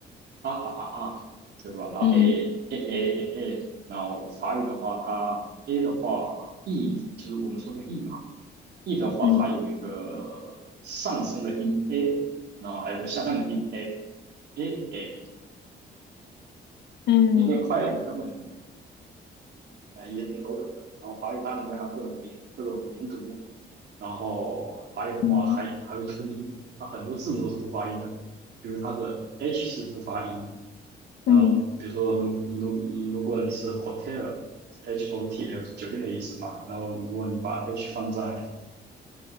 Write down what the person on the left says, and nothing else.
嗯
嗯
嗯
嗯嗯。
嗯嗯